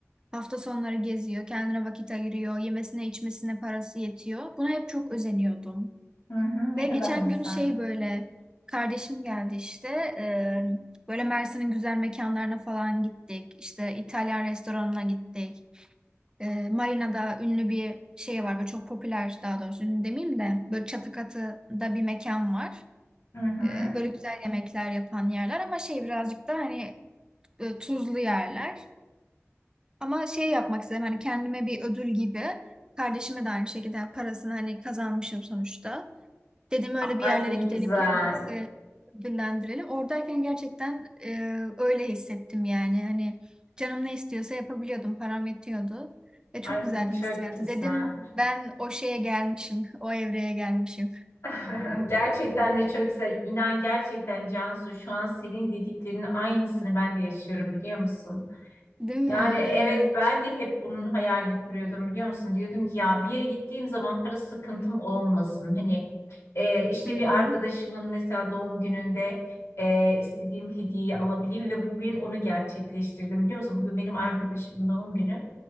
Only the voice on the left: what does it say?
hı hı. Ne
kadar güzel.
Hı hı.
Ay
ne
güzel.
Ay
çok
güzel.
<laughs> Gerçekten de çok güzel. İnan gerçekten Cansu şu an senin dediklerinin aynısını ben de yaşıyorum biliyor musun?
Yani evet
ben de hep bunun hayalini kuruyordum biliyor musun? Diyordum ki ya bir yere gittiğim zaman para sıkıntım olmasın. Hani e, işte
bir arkadaşımın mesela doğum gününde e, istediğim hediyeyi alabileyim ve bugün onu gerçekleştirdim biliyor musun? Bugün benim arkadaşımın doğum günü.